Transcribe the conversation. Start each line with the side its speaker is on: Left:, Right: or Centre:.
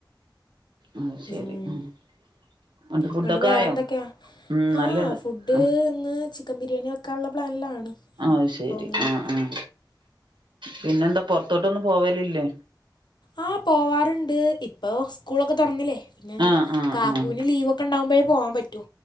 Right: ആ ശരി
Left: ഉം.
Right: എന്നട്ട് ഫുഡൊക്കെ
Left: എന്നിട്ട് വേറെ
Right: ആയോ
Left: എന്തൊക്കെയാ
Right: ഉ
Left: ആ
Right: നല്ലത്
Left: ഫുഡ്
Right: ആ
Left: ഇന്ന് ചിക്കൻ ബിരിയാണി വെക്കാനുള്ള പ്ലാനിലാണ്
Right: ആ ശെരി
Left: അപ്പോൾ അങ്ങനെ
Right: ആ ആ പിന്നെന്താ പൊറത്തോട്ടൊന്നും പോവലല്ലേ
Left: ആഹ പോവാറുണ്ട് ഇപ്പൊ സ്കൂളൊക്കെ തുറന്നില്ലേ പിന്നെ
Right: ആഹ് ആഹ്
Left: കാക്കുവിന്
Right: ആഹ്
Left: ലീവൊക്കെ കറക്ക ഉണ്ടാകുമ്പോഴേ പോകാൻ പറ്റോ